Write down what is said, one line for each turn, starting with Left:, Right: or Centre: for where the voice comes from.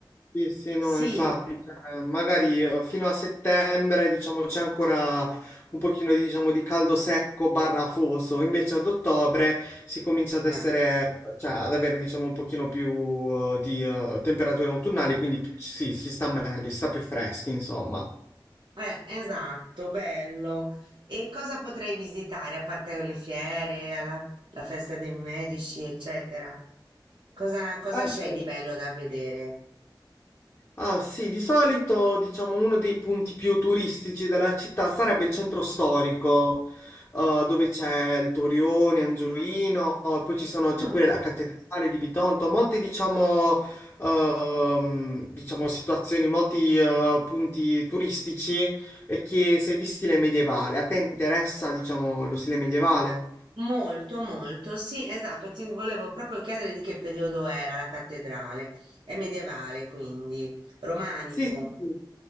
Left: Sì, sì, no,
Right: Sì,
Left: infatti, cioè, magari eh, fino a settembre, diciamo, c'è ancora un pochino, diciamo, di caldo secco barra afoso, invece ad ottobre si comincia ad
Right: eh,
Left: essere, cioè, ad avere, diciamo, un pochino più eh, di eh, temperature autunnali, quindi sì, si sta meglio, si sta più freschi, insomma.
Right: eh, esatto, bello. E cosa potrei visitare a parte le fiere, alla, la festa dei medici, eccetera? Cosa, cosa
Left: Allora,
Right: c'è di bello da vedere?
Left: Ah sì, di solito diciamo uno dei punti più turistici della città sarebbe il centro storico, eh, dove c'è il Torione, Angioino, poi ci sono-
Right: Mm.
Left: c'è pure la cattedrale di Bitonto, molte diciamo, ehm, diciamo, situazioni, molti eh, punti turistici e chiese di stile medievale. A te interessa diciamo lo stile medievale?
Right: Molto, molto. Sì, esatto. Ti volevo proprio chiedere di che periodo era la cattedrale. È medievale, quindi romanico.
Left: Sì, sì, sì.